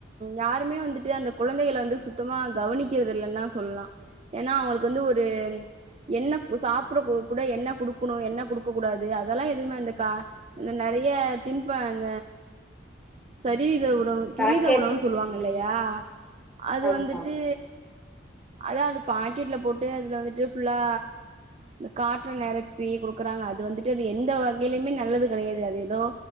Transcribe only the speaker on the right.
யாருமே வந்துட்டு அந்த குழந்தைகலா வந்து சுத்தமா கவனிக்கிறது இல்லைன்ன சொல்லலாம் ஏன்னா அவங்களுக்கு வந்து ஒரு என்ன சாப்பிட கூட என்ன கொடுக்கணும் என்ன கொடுக்க கூடாது அதெல்லாம் எதுவுமே இந்த கா நிறைய திண்பன் சரி இது
துரித உணவுனு சொல்லுவாங்க இல்லையா
அது
வந்திட்டு அதான் அந்த பாக்கெட்ல போட்டு அதுல வந்துட்டு புல்லா காற்ற நிரப்பி கொடுக றாங்க அது வந்துட்டு அது எந்த வகையிலயுமே நல்லது கிடையாது அது ஏதோ